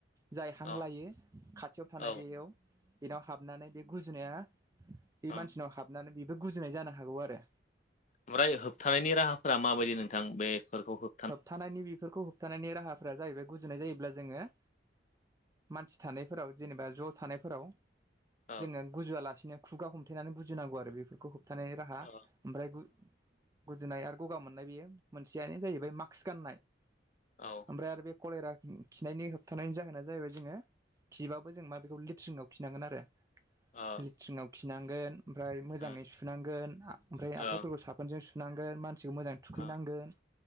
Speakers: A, on the right; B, on the left.
A: जाय हां
B: औ
A: लायो खाथियाव थानाय
B: औ
A: बेयाव बेनाव हाबनानै बे गुजुनाया बे
B: औ
A: मानसिनाव हाबनानै बेबो गुजुनाय जानो हागौ आरो।
B: ओमफ्राय होबथानायनि राहाफोरा माबायदि नोंथां बेफोरखौ होब
A: होबथानायनि बेफोरखौ होबथानायनि राहाफोरा जाहैबाय गुजुनाय जायोब्ला जोङो मानसि थानायफोराव जेनेबा ज' थानायफोराव
B: औ
A: जोङो गुजुवालासिनो खुगा हमथेनानै गुजुुनांगौ आरो बेफोरखौ थानायनि राहा
B: औ
A: ओमफ्राय गुजुनाय आरो गगा मोननाय बेयो मोनसेयानो जायो बे मास्क गाननाय
B: औ।
A: ओमफ्राय आरो बे कलेरा खिनायनि होबथानायनि जाहोना जाहैबाय जोङो खिबाबो जों मा बेखौ लेट्रिनाव खिनांगोन आरो
B: औ
A: लेट्रिनाव खिनांगोन ओमफ्राय मोजाङै
B: औ
A: सुनांगोन ओमफ्राय आखाइफोरखौ
B: औ
A: साफ साबोनजों सुनांगोन मानसिखौ मोजांङो थुखैनांगोन
B: औ